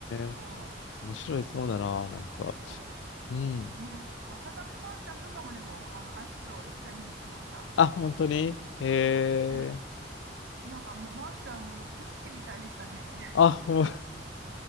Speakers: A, on the left; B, on the right.
A: ー。
B: は
A: 面白いそうだな、
B: い。
A: なんか。
B: 結構、
A: うん。
B: ね、浅田真央ちゃんとかもでも、あの、アイスショー一回見に来ました。
A: あ、本当にえー。
B: うんなんかもう真央ちゃんもう天使みたいでしたね。
A: あ、ほん